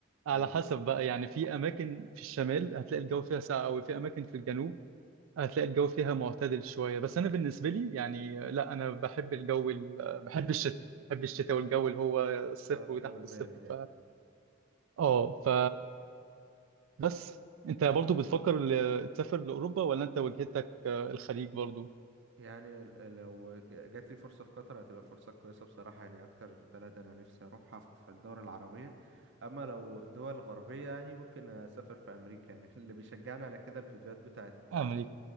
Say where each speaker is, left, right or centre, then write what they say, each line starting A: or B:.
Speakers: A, on the right; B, on the right.
A: على
B: ايوه
A: حسب بقى يعني في اماكن في الشمال هتلاقي الجو فيها ساقع قوي في اماكن في الجنوب هتلاقي الجو فيها معتدل شويه بس انا بالنسبه لي يعني آه، لا انا بحب الجو ال- آه، بحب الشتاء بحب الشتاء والجو اللي هو الصفر
B: اه الجو
A: وتحت
B: البارد
A: الصفر
B: يعني
A: اه ف بس انت برضو بتفكر ل- تسافر لاوروبا ولا انت وجهتك آه، الخليج برضو
B: يعني ال- لو ج- جات لي فرصة في قطر هتبقى فرصة كويسة بصراحة يعني أكتر بلد أنا نفسي أروحها في الدول العربية أما لو دول غربية يعني ممكن أسافر في أمريكا يعني <laughs> اللي بيشجعني على كده الفيديوهات بتاعت
A: امريكا
B: آه،